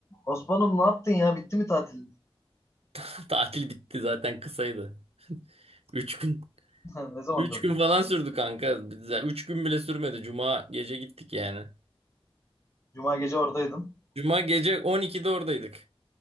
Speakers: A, on the left (about 25°); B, on the right (about 85°).
A: Osman'ım ne yaptın ya? Bitti mi tatilin?
B: <laughs> Tatil bitti zaten kısaydı. <laughs> Üç gün.
A: <laughs> Ne zaman
B: Üç
A: döndün?
B: gün falan sürdü kanka. Biz- Üç gün bile sürmedi. Cuma gece gittik yani.
A: Cuma gece oradaydın.
B: Cuma gece 12'de oradaydık.